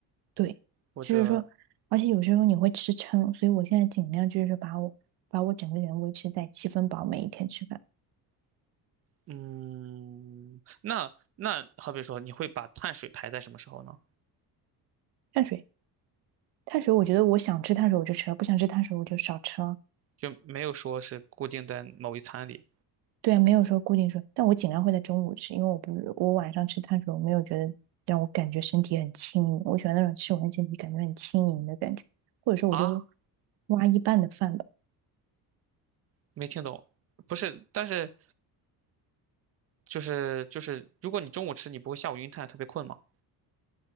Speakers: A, on the right; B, on the right.
A: 对，
B: 或者
A: 就是说，而且有时候你会吃撑，所以我现在尽量就是说把我把我整个人维持在七分饱，每一天吃饭，
B: 嗯，那那好比说你会把碳水排在什么时候呢？
A: 碳水。碳水，我觉得我想吃碳水我就吃了，不想吃碳水我就少吃了。
B: 就没有说是固定在某一餐里
A: 对啊，没有说固定说，但我尽量会在中午吃，因为我不我晚上吃碳水，我没有觉得让我感觉身体很轻盈，我喜欢那种吃完身体感觉很轻盈的感觉，或者说我就
B: 啊？
A: 挖一半的饭吧。
B: 没听懂，不是，但是就是就是，如果你中午吃，你不会下午晕碳，特别困吗？